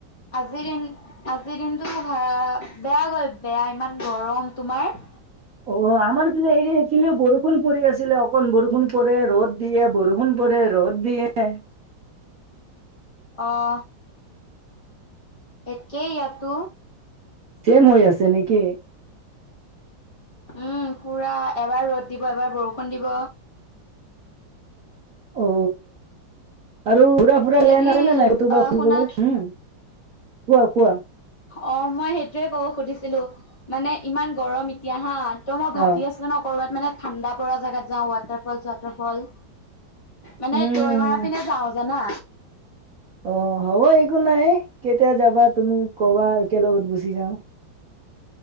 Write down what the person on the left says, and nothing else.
আজি দিন আজিৰ দিনটো ভা বেয়া গ'ল বেয়া ইমান গৰম তোমাৰ?
অ একেই ইয়াতো।
উম পুৰা, এবাৰ ৰ'দ দিব এবাৰ বৰষুণ দিব।
হেৰি
অ'
শুনা
অ মই সেইটোৱে ক'ব খুধিছিলো মানে ইমান গৰম এতিয়া হা, ত মই ভাবি
আছ ছে ন ক'ৰবাত মানে ঠাণ্ডা পৰা জেগাত যাওঁ ৱাটাৰ ফল - চোৱাটাৰ ফল মানে
দৈ মৰা পিনে যাও জানা?